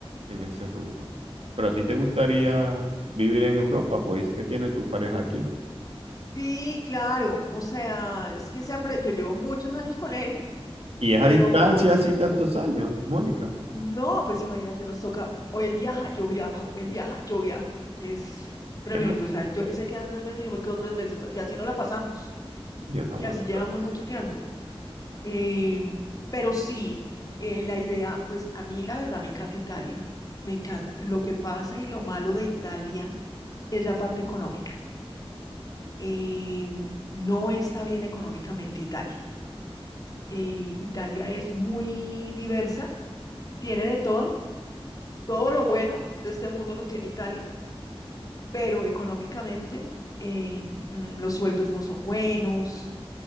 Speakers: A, on the right; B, on the left.
A: en ese rubro. Pero a ti te gustaría vivir en Europa, pues dice que tiene tu pareja aquí.
B: Sí, claro, o sea, es que se apre- yo llevo muchos años con él,
A: Y es a
B: pero
A: distancia así tantos años, Mónica.
B: no, pues imagínate, nos toca, o él viaja, yo viajo, él viaja, yo viajo. Es tremendo,
A: Yo no,
B: o sea, yo, él se queda tres meses, yo me quedo tres meses, y así no la pasamos,
A: yo no
B: y
A: aguanto.
B: así llevamos mucho tiempo. Em, pero sí, eh, la idea, pues a mí la verdad me encanta Italia, me encanta. Lo que pasa y lo malo de Italia es la parte económica. Em, no está bien económicamente Italia. Eh, Italia es muy diversa, tiene de todo, todo lo bueno de este mundo lo tiene Italia, pero económicamente eh, mm, los sueldos no son buenos,